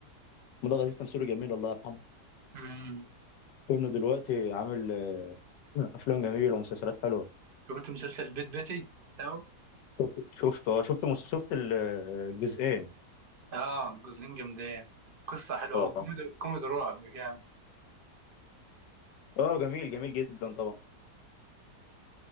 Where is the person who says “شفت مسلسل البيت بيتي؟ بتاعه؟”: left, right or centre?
Right